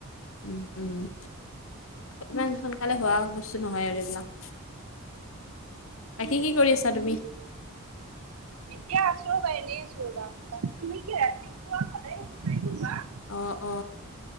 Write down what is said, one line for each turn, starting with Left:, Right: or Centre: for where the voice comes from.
Left: উমঁ' উমঁ'। ইমান সোনকালে হোৱা বস্তু নহয় আৰু এইবিলাক। বাকী কি কৰি আছা তুমি?
Right: এতিয়া আছো ৰবা এনেই আছো ৰবা। বাকী তুমি কি ৰাতিপুৱা সদায়ে খোজকাঢ়িব যোৱা?
Left: অঁ অঁ।